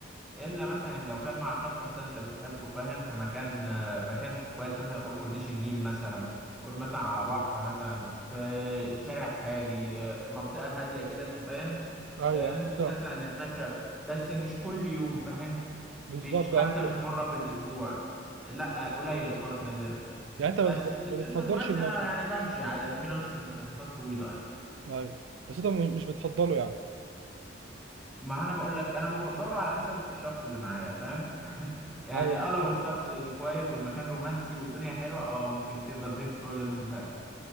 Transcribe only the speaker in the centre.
الا مثلا لو كان مع شخص مثلا انت بتحبه فاهم في مكان آه، مكان كويس مثلا قول كورنيش النيل مثلا قول مثلا على بحر مثلا في شارع هادي آه، منطقة هادية كده انت فاهم
آه، ممكن
مثلا نتمشى بس مش كل يوم فاهم
مش حتى
مش مرة في الأسبوع لا قليل خالص نادرا
بس
بالنسبة
للمشي
أنا يعني بمشي عادي ممكن أمشي لمسافات طويلة
ما انا بقول لك انا بفضله على حسب الشخص اللي معايا فاهم <laughs> يعني
اه لو الشخص كويس والمكان رومانسي والدنيا حلوه اه ممكن تفضل تمشي طول الليل ما تزهقش